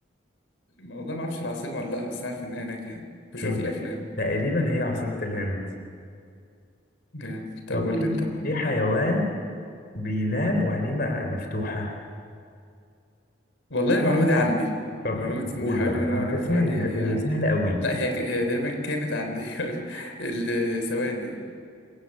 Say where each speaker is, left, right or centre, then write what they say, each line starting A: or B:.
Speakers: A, on the left; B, on the left.
A: والله ما اعرفش العاصمة ولا لا بس عارف ان هي هناك يعني بشوف
B: هي ت-
A: الافلام
B: تقريبا هي عاصمة الهند
A: جامد طب
B: طب
A: قول
B: في
A: لي انت معلومة
B: في حيوان بينام وعينيه م- مفتوحة
A: والله المعلومة دي عندي
B: طب
A: معلومة ان
B: قول
A: حوالي
B: بقى
A: من
B: على
A: وأنا
B: فكرة
A: بتوع
B: هي
A: دي
B: هي
A: عندي
B: سهلة قوي
A: لا هي ك... هي تقريبا كانت عندي <laughs> ال- ثواني